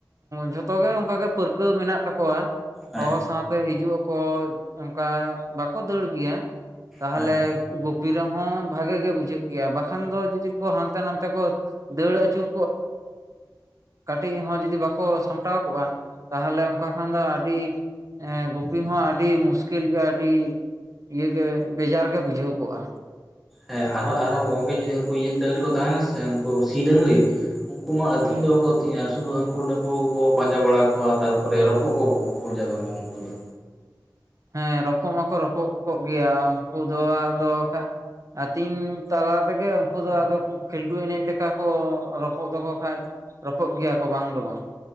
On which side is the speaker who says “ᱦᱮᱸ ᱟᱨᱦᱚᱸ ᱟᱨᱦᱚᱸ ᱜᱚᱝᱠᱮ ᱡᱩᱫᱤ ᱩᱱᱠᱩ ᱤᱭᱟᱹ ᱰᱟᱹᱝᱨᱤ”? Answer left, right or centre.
Centre